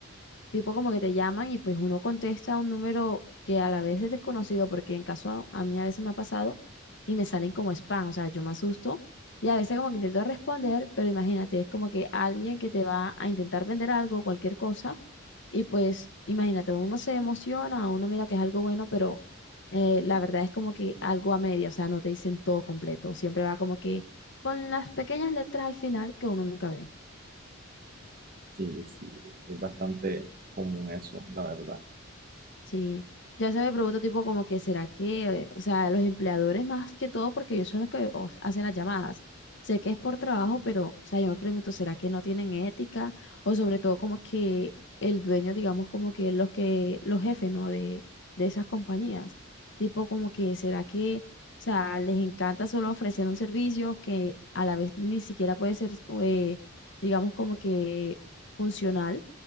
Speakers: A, on the left (about 60°); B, on the right (about 45°).
A: tipo como que te llaman y pues uno contesta un número que a la vez es desconocido, porque en caso a, a mí a veces me ha pasado y me salen como spam, o sea, yo me asusto y a veces como que intento responder, pero imagínate, es como que alguien que te va a intentar vender algo, cualquier cosa, y pues imagínate, uno se emociona, uno mira que es algo bueno, pero eh, la verdad es como que algo a media, o sea, no te dicen todo completo, siempre va como que con las pequeñas letras al final que uno nunca ve.
B: Sí, sí, es bastante común eso, la verdad.
A: Sí, ya se me pregunta tipo como que será que, o sea, los empleadores más que todo, porque ellos son los que os- hacen las llamadas. Sé que es por trabajo, pero, o sea, yo me pregunto, ¿será que no tienen ética? O sobre todo como que el dueño, digamos, como que los que, los jefes, ¿no? De, de esas compañías. Tipo como que, ¿será que, o sea, les encanta solo ofrecer un servicio que a la vez ni siquiera puede ser, eh, digamos, como que funcional?